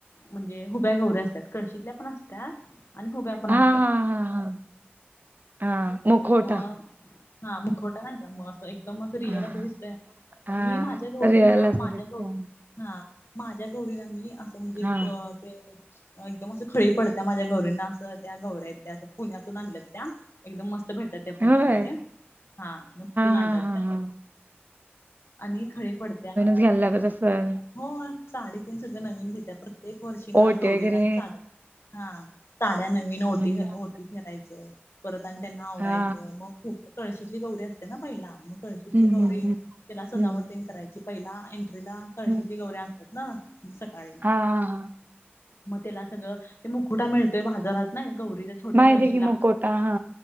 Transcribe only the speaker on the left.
म्हणजे हुब्या गौरी असतात कळशीतल्या पण असतात आणि हुब्या पण
असतात-
मग हा मुखवटा नाही बा अस एक एकदम रियल
अस
दिसतय
मी माझ्या गौरी
ना
माझ्या गौरी हा माझ्या गौरीना मी अस म्हणजे
ते एकदम अस खळी पडत्या माझ्या गौरीना अस त्या गौर्या त्या अस पुण्यातून आणल्यात त्या एकदम मस्त भेटतात त्या पुण्यामध्ये
हा मग तीथुन आणल्या
त्या
आणि खळी पडत्या
हो साडी त सगळे नवीन घेत्या प्रत्येक वर्षी ना
गौरीना
साड्या हा साड्या नवीन ओटी
ओटी भरायच परत आणि त्यांना आवरायच
मग खुप कळशीतली गौरी असते ना पहिला मग कळशीतली
गौरी
त्याला सजावटतीन
करायची पहिला एंट्रीला कळशीतली
गौरी आणतात ना सकाळी
मग त्याला सगळं ते मुकुटा मिळतोय बाजारात ना गौरी छोट्या
कळशीला